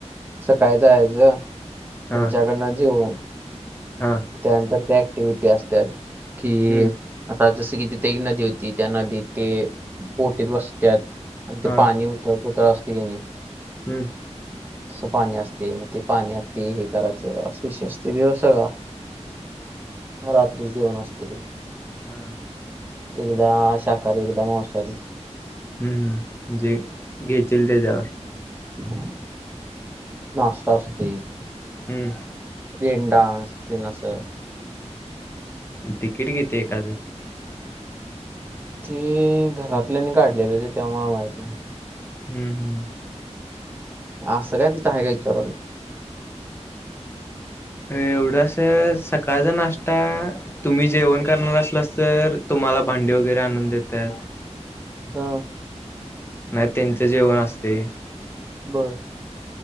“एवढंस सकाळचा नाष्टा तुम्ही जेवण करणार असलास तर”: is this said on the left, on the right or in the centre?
Left